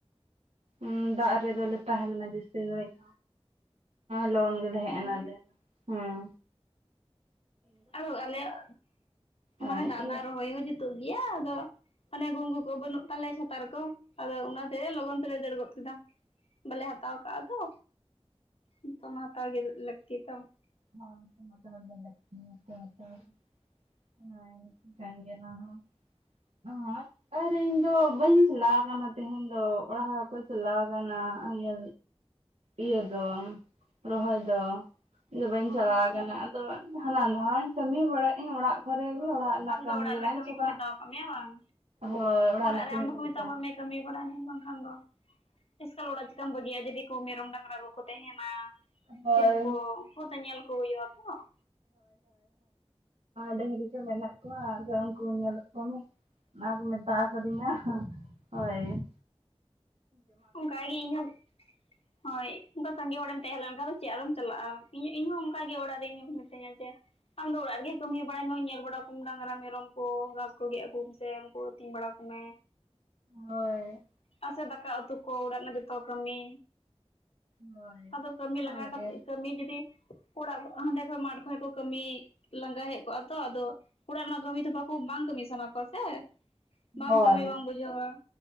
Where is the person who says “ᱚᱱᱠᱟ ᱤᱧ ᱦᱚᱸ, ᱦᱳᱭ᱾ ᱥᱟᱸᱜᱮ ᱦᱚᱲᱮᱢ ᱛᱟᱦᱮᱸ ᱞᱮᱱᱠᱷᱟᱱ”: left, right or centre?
Left